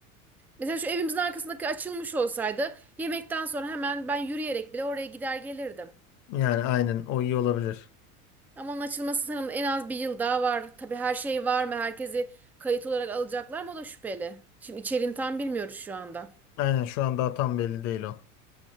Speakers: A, in the centre; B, on the left.
A: Mesela şu evimizin arkasındaki açılmış olsaydı yemekten sonra hemen ben yürüyerek bile oraya gider gelirdim.
B: Yani aynen o iyi olabilir.
A: Ama onun açılması sanırım en az bir yıl daha var. Tabii her şey var mı? Herkesi kayıt olarak alacaklar mı? O da şüpheli. Şimdi içeriğini tam bilmiyoruz şu anda.
B: Aynen şu an daha tam belli değil o.